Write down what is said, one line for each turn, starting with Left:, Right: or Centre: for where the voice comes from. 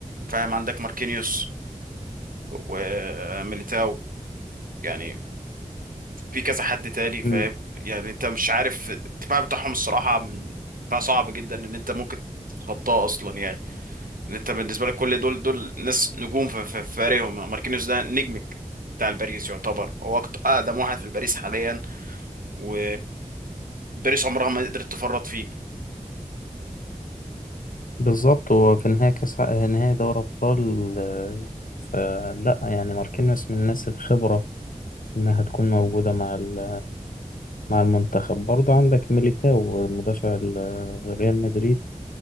Right: فاهم عندك ماركينيوس وميليتاو يعني في كذا حد تاني فاهم
Left: م-
Right: يعني انت مش عارف الدفاع بتاعهم الصراحة من دفاع صعب جدا ان انت ممكن تتخطاه اصلا يعني انت بالنسبه لك كل دول دول ناس نجوم في في في فريقهم ماركينيوس ده نجمك بتاع الباريس يعتبر هو أكت- اقدم واحد في الباريس حاليا و باريس عمرها ما قدرت تفرط فيه
Left: بالظبط وفي نهاية كأس ع- نهاية دوري أبطال آه، فلا يعني ماركينيوس من الناس الخبرة إنها هتكون موجودة مع ال مع المنتخب برضو عندك ميليتاو مدافع ال- ريال مدريد